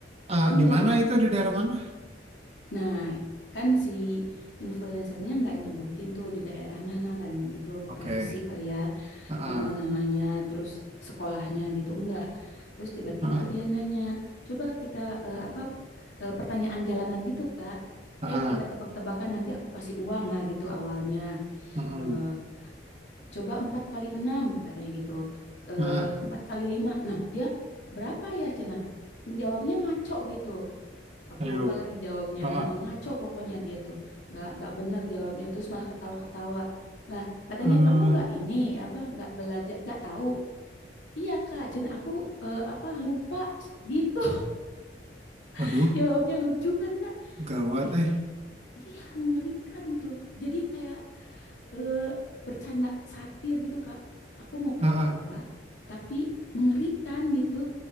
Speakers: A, on the right; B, on the left.
A: Ah,
B: Iya,
A: di mana itu? Di daerah mana?
B: Nah, kan si influencernya nggak nyebutin tuh di daerah mana kan itu
A: Oke.
B: privacy kali ya
A: Heeh.
B: eh, namanya terus sekolahnya gitu enggak. Terus tiba-tiba
A: Heeh.
B: dia nanya, coba kita eh, apa eh, pertanyaan jalanan gitu Kak.
A: Heeh.
B: Ayo kita tebak-tebakan nanti aku kasih uang nah gitu awalnya.
A: Heeh.
B: Eh, coba empat kali enam katanya gitu. Eh,
A: Heeh.
B: Empat kali lima. Nah dia berapa ya Cenah? Jawabnya ngaco gitu. Aku
A: Ayo.
B: lupa lagi jawabnya.
A: Heeh.
B: Heeh, ngaco pokoknya dia tuh. Nggak nggak benar jawabnya. Terus malah ketawa-ketawa. Lah, katanya
A: Eh,
B: kamu nggak ini apa nggak belajar, nggak tahu. Iya, Kak, Cen aku eh, apa lupa C- gitu. <laughs>
A: Waduh,
B: Jawabnya lucu kan, Kak?
A: gawat
B: Ih,
A: eh.
B: iya mengerikan gitu. Jadi kayak eh, bercanda satir gitu, Kak. Aku mau ketawa
A: Heeh.
B: tapi mengerikan gitu.